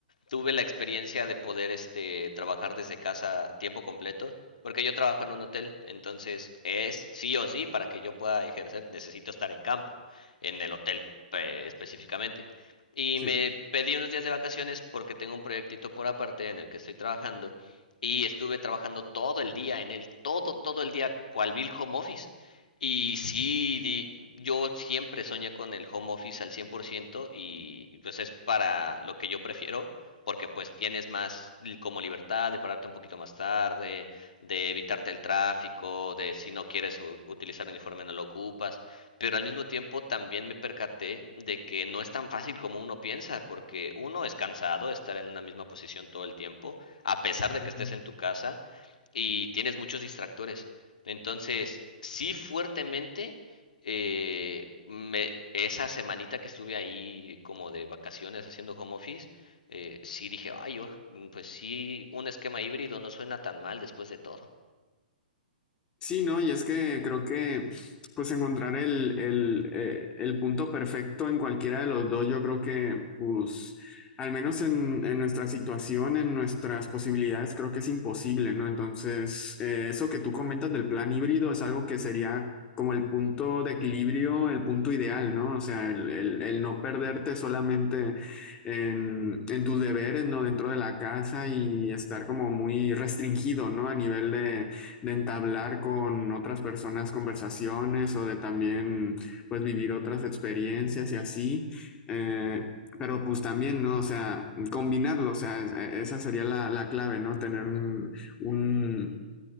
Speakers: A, on the left; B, on the left.
A: tuve la experiencia de poder este trabajar desde casa tiempo completo, porque yo trabajo en un hotel, entonces es sí o sí para que yo pueda ejercer necesito estar en campo, en el hotel eh, específicamente. Y
B: Sí.
A: me pedí unos días de vacaciones porque tengo un proyectito por aparte en el que estoy trabajando y estuve trabajando todo el día en él, todo todo el día cual vil home office. Y sí, di- yo siempre soñé con el home office al 100% y pues es para lo que yo prefiero porque pues tienes más como libertad de pararte un poquito más tarde, de evitarte el tráfico, de si no quieres u- utilizar uniforme no lo ocupas, pero al mismo tiempo también me percaté de que no es tan fácil como uno piensa, porque uno es cansado de estar en una misma posición todo el tiempo, a pesar de
B: Ujú.
A: que estés en tu casa, y tienes muchos distractores. Entonces, sí fuertemente, eh, me, esa semanita que estuve ahí como de vacaciones haciendo home office, eh, sí dije, ay, yo pues sí, un esquema híbrido no suena tan mal después de todo.
B: Sí, no, y es que creo que pues encontrar el, el, eh, el punto perfecto en cualquiera de los dos, yo creo que pues al menos en, en nuestra situación, en nuestras posibilidades, creo que es imposible, ¿no? Entonces, eh, eso que tú comentas del plan híbrido es algo que sería como el punto de equilibrio, el punto ideal, ¿no? O sea, el, el- el no perderte solamente en, en tus deberes, ¿no? Dentro de la casa y estar como muy restringido, ¿no? A nivel de de entablar con otras personas conversaciones o de también pues vivir otras experiencias y así. Eh, pero pues también, ¿no? O sea, combinarlo, o sea, esa sería la, la clave, ¿no? Tener un, un,